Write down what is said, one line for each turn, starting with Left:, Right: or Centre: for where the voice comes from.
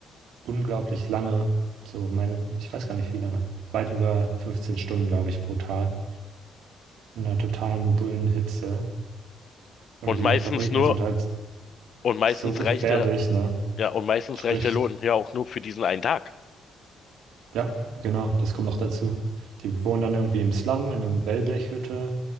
Right: unglaublich lange, so meine, ich weiß gar nicht wie lange, weit über 15 Stunden, glaube ich, pro Tag, in einer totalen Bullenhitze. Und
Left: Und
Right: die
Left: meistens
Right: Fabriken
Left: nur,
Right: sind halt
Left: Und meistens
Right: so gefährlich,
Left: reicht der,
Right: ne?
Left: ja, und meistens
Right: Sprich,
Left: reicht der Lohn ja auch nur für diesen einen Tag.
Right: Ja, genau, das kommt noch dazu. Die wohnen dann irgendwie im Slum, in einer Wellblechhütte,